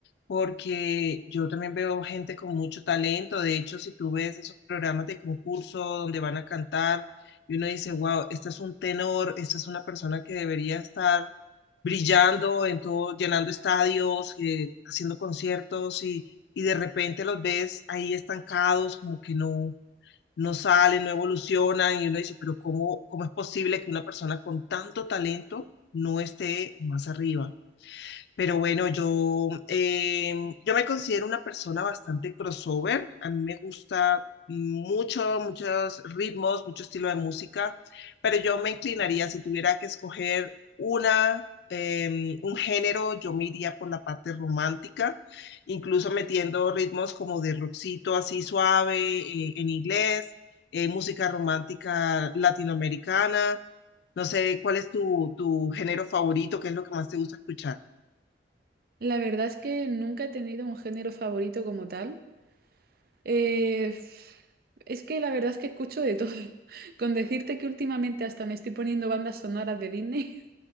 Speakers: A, on the left; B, on the right.
A: porque yo también veo gente con mucho talento. De hecho, si tú ves esos programas de concurso donde van a cantar y uno dice, wow, este es un tenor, esta es una persona que debería estar brillando en todo, llenando estadios, eh, haciendo conciertos y, y de repente los ves ahí estancados, como que no no salen, no evolucionan y uno dice, pero ¿cómo, cómo es posible que una persona con tanto talento no esté más arriba? Pero bueno, yo, eh, yo me considero una persona bastante crossover. A mí me gusta mucho, muchos ritmos, mucho estilo de música, pero yo me inclinaría, si tuviera que escoger una, eh, un género, yo me iría por la parte romántica, incluso metiendo ritmos como de rockcito así suave eh, en inglés, eh, música romántica latinoamericana. No sé, ¿cuál es tu, tu género favorito? ¿Qué es lo que más te gusta escuchar?
B: La verdad es que nunca he tenido un género favorito como tal. Eh, es que la verdad es que escucho de todo. <laughs> Con decirte que últimamente hasta me estoy poniendo bandas sonoras de Disney.